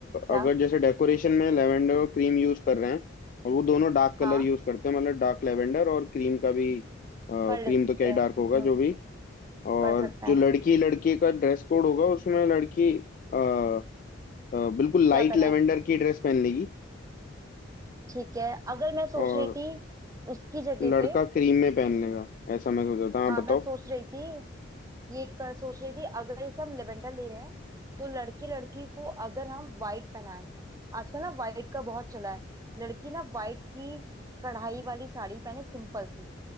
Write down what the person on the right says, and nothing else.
क्या
हाँ
कर सकते
हैं
हम्म
कर सकते हैं
क्या पहना
है
ठीक है अगर मैं
सोच रही थी उसकी जगह
पे
हाँ
मैं सोच रही थी ये कर सोच रही थी अगर इसे हम लेवेंडर ले रहे हैं तो लड़की लड़की को अगर हम वाइट पहनाएं आजकल ना वाइट का बहुत चला है लड़की ना वाइट की कढ़ाई वाली साड़ी पहने सिंपल सी